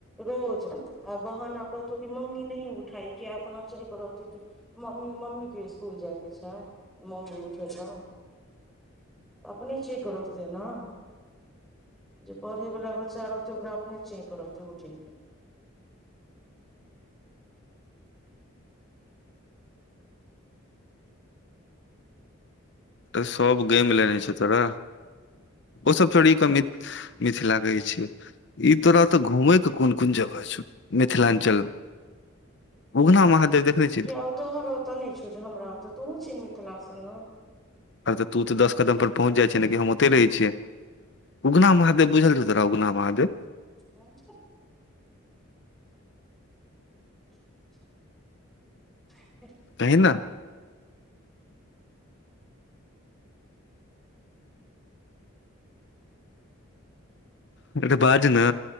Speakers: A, in the centre; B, on the left (about 55°).
A: रोज आ बहाना कहतो कि मम्मी नही उठाई किया अपना चेंक रहतै की मम्मी मम्मी के इसकुल जायके छै मम्मी उठेतौ अपने चेंक रहतै न जे पढ़े वला बच्चा रहतै ओकरा अपने चेंक रहतै उठेय के
B: तऽ सब गेम लेने छो तोरा ओसभ छोड़ि कऽ मि-मिथक लागै छै ई तोरा ओतऽ घूमैय के कोन कोन जगह छौ मिथिलाञ्चल मे उगना महादेव देखने छी
A: किया तोहर ओतऽ ने छौ जे हमरा ओतऽ तुहूँ छिहींन मिथिला सँ ने
B: अ तऽ तू तऽ दस कदम पर पहुँच जाइ छिहींन गे हम ओते रहै छियै उगना महादेव बुझल छो तोरा उगना महादेव
A: ह <unintelligible> <inaudible> <unintelligible>
B: कहिंन न आँ गे बाज न